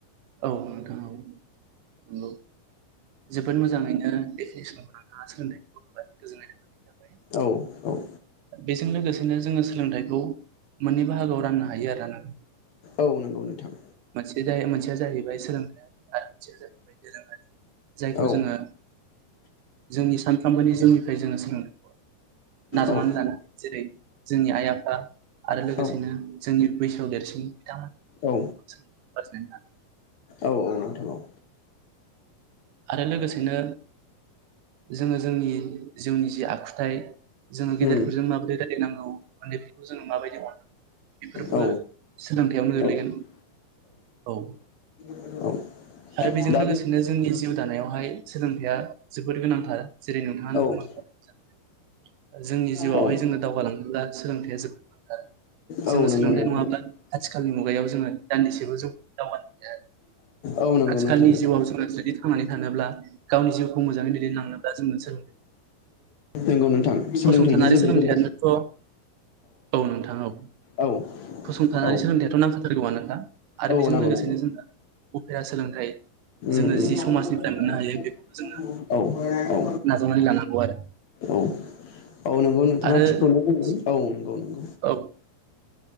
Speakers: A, on the right (about 75°); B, on the left (about 65°).
A: औ नोंथां औ नंगौ जोबोद मोजाङैनो <unintelligible>
B: औ औ।
A: बेजों लोगोसेनो जोङो सोलोंथाइखौ मोननै बाहागोआव राननो हायो आरो ना?
B: औ नंगौ नोंथां।
A: जाय मोनसेया जाहैबाय सोलोंथायारि आरो मोनसेया जाहैबाय दोरोङारि। जायखौ
B: औ
A: जोङो जोंनि सानफ्रामबोनि जिउनि फ्राय जोङो सोलोंथायखौ नाजावनानै
B: औ
A: लायो। जेरै जोंनि आइ आफा आरो लोगोसेनो
B: औ
A: जोंनि बैसोआव देरसिन बिथांमोनखौ
B: औ
A: सोलोंथाइखौ आरजिनानै लानो
B: औ औ नोंथां औ।
A: आरो लोगोसेनो जोङो जोंनि जिउनि जि आखुथाय जोङो गेदेरफोरजों
B: उम
A: माबोरै रायलायनांगौ उन्दैफोरखौ जोङो माबायदि अनांगौ बेफोरबो
B: औ
A: सोलोंथायाइयावनो गोगलैगोन
B: औ
A: औ
B: औ
A: आरो बेजों
B: दा
A: लोगोसेनो
B: बे
A: जोंनि जिउ दानायावहाय सोलोंथाइया जोबोद गोनांथार जेरै नोंथाङानो
B: औ
A: बुंलांखाबाय जोंनि जिउआवहाय
B: औ
A: जोङो दावगालांङोब्ला सोलोंथाइया जोबोद
B: औ
A: जोङो
B: नंगौ
A: सोलोंथायाइ
B: नोंथां
A: नङाब्ला आथिखालनि मुगायाव जोङो दान्दिसेबो जोब दावगानो हाया
B: औ नंगौ
A: आथिखालनि
B: नोंथां नंगौ
A: जिउआव जोङो जुदि थांनानै थानोब्ला गावनि जिउखौ मोजाङै दैदेनलांनोबा जों
B: नंगौ नोंथां सोलोंथाइनि
A: फसंथानारि
B: जोबोर
A: सोलोंथायानोथ'
B: गोनां
A: औ नोंथां औ
B: औ
A: फसंथानानै
B: औ
A: सोलोंथायाथ' नांखाथारगौआनो आरो
B: औ
A: बेजों
B: नांगौ
A: लोगोसेनो
B: नांगौ
A: जोंनो उफेरा सोलोंथाइ
B: उम
A: जोङो
B: उम
A: जि समाजनिफ्राय मोननो हायो बेखौबो जोङो
B: औ औ
A: नाजावनानै लानांगौ आरो
B: औ औ नंगौ नोंथाङा
A: आरो
B: थिखौनो बुदों औ नंगौ नंगौ
A: औ